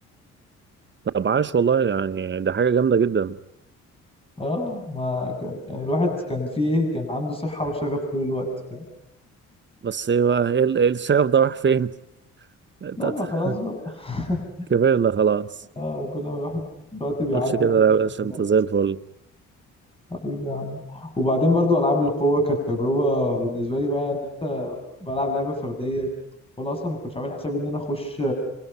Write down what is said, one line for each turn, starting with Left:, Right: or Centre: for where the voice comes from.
Right: طب عاش والله يعني ده حاجة جامدة جدا
Left: اه ما كانت يعني الواحد كان فيه ايه كان عنده صحة وشغف طول الوقت فاهم
Right: بس ايه بقى ايه ال- إيه الشغف ده راح فين؟ <laughs>
Left: لا ما خلاص بقى <laughs>
Right: كبرنا خلاص
Left: اه كل ما الواحد الوقت بيعدي
Right: متقولش كده
Left: كل
Right: لا يا باشا
Left: ما خلاص
Right: انت زي الفل
Left: حبيبي يا عم وبعدين برضو ألعاب القوة كانت تجربة بالنسبة لي بقى إن أنت بلعب لعبة فردية وأنا أصلا ما كنتش عامل حسابي إن أنا أخش